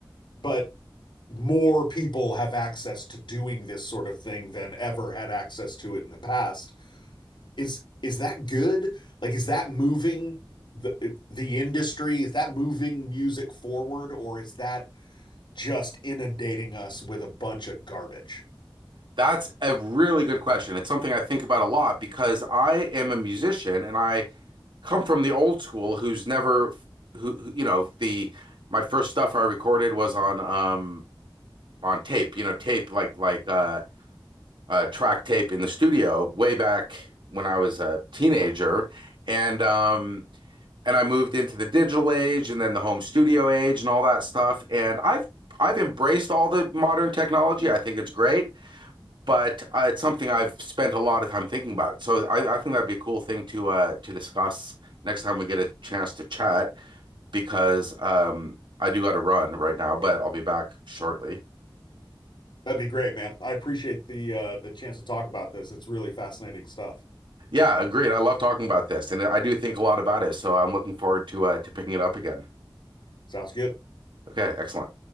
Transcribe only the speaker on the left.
But more people have access to doing this sort of thing than ever had access to it in the past. Is is that good? Like, is that moving the the industry? Is that moving music forward, or is that just inundating us with a bunch of garbage?
That'd be great, man. I appreciate the uh, the chance to talk about this. It's really fascinating stuff.
Sounds good.